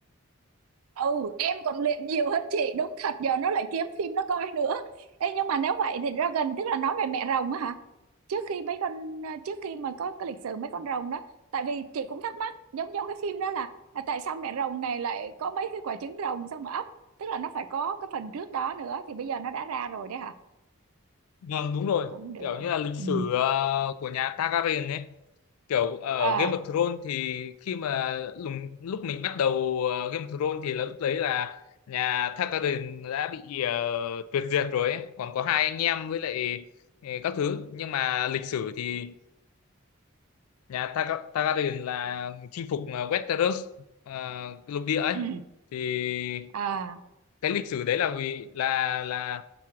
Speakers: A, on the right; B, on the left.
A: ừ em còn luyện nhiều hơn chị đúng thật giờ nó lại kiếm phim nó coi nữa Ê, nhưng mà nếu vậy thì Dragon tức là nói về mẹ rồng á hả trước khi mấy con à, trước khi mà có cái lịch sử mấy con rồng đó tại vì chị cũng thắc mắc giống giống cái phim đó là à, tại sao mẹ rồng này lại có mấy cái quả trứng rồng xong mà ấp tức là nó phải có cái phần trước đó nữa thì bây giờ nó đã ra rồi đấy hả
B: Vâng đúng rồi
A: cũng được
B: kiểu như là lịch sử
A: ừ
B: ờ, của nhà Targaryen ấy kiểu ở
A: à
B: Game of Thrones thì khi mà lùng, lúc mình bắt đầu ờ, Game of Thrones thì là lúc đấy là nhà Targaryen đã bị ờ, tuyệt diệt rồi ấy. Còn có hai anh em với lại ờ, các thứ nhưng mà lịch sử thì nhà Targa- Targaryen là chinh phục ờ, Westeros ờ, lục địa ấy
A: ừ.
B: thì
A: à
B: cái lịch sử đấy là vì là là